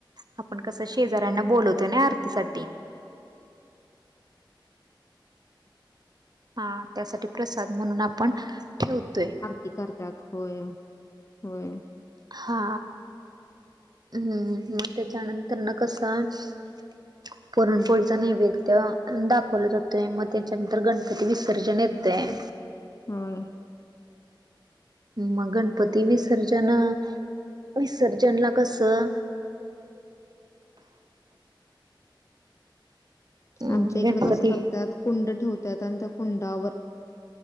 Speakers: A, on the right (about 55°); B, on the left (about 35°).
A: आपण कसं शेजऱ्यांना बोलवतोय ना आरतीसाठी हा त्यासाठी प्रसाद म्हणून आपण ठेवतोय.
B: ती करतात होय होय.
A: हा हम् मग त्याच्यानंतर न कसं. अ्. पुरणपोळीच नैवेद्य दाखवला जातोय, मग त्याच्यानंतर गणपती विसर्जन येतंय.
B: होय.
A: मग गणपती विसर्जन विसर्जनला कसं. अं
B: आमच्या इकडं
A: गणपती
B: कसं करतात, कुंड ठेवतात आणि त्या कुंडावर